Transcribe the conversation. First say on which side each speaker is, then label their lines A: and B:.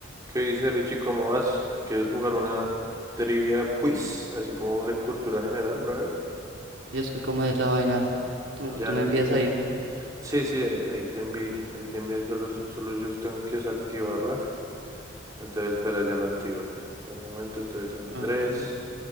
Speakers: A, on the right; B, on the right.
A: ¿Qué dice Richie? ¿Cómo vas? ¿Quieres jugar una trivia quiz? Así como de cultura general, brother.
B: Y después, ¿cómo es la vaina? ¿Tú,
A: Ya,
B: tú me envías
A: ya te...
B: ahí?
A: Sí, sí, ahí, ahí te envié. Ahí te envié. Solo, solo yo tengo que desactivarla. Entonces, espera, ya la activo. Un momento, entonces en
B: Ok,
A: tres,